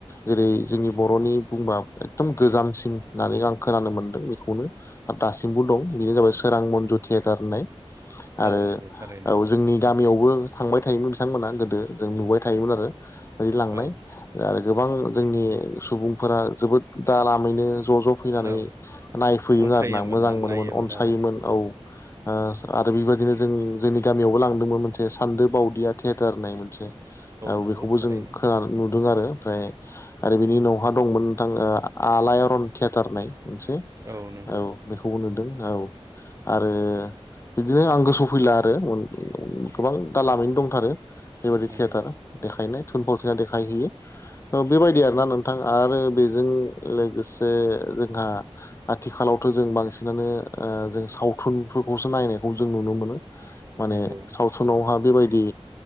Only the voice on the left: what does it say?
जेरै जोंनि बर'नि बुंबा एकदम गोजामसिन होननानै आं खोनानो मोन्दों बेखौनो। दासिमबो दं बेनो जाबाय सोरां मन्जु थियेटार होननाय आरो
औ जोंनि। गामियावबो थांबाय थायोमोन बिथांमोना गोदो जों नुबाय थायोमोन आरो बिदि लांनाय।
आरो गोबां जोंनि सुबुंफोरा जोबोद दा लामैनो ज' ज' फैनानै
नायफैयोमोन
आरोना मोजां
मोनोमोन
अनसायोमोन
औ। ओ आरो बेबायदिनो जों जोंनि गामियावबो लांदोंमोन मोनसे सान्दो बावदिया थियेटार होननाय मोनसे। औ
बेखौबो
जों खोना नुदों आरो ओमफ्राय आरो बिनि उनावहा दंमोन नोंथां ओ आलायारन थियेटर होननाय मोनसे।
बेखौबो नुदों औ आरो। बिदिनो आं गोसोआव फैला आरो गोबां दा लामैनो दंथारो बेबायि
थियेटार। देखायनाय थुनफावथिना देखायहैयो। बेबायदि आरोना नोंथां आरो बेजों लोगोसे जोंहा आथिखालावथ' जों बांसिनानो जों सावथुनफोरखौसो नायनायखौ जों नुनो मोनो। माने
सावथुनावहा बेबायदि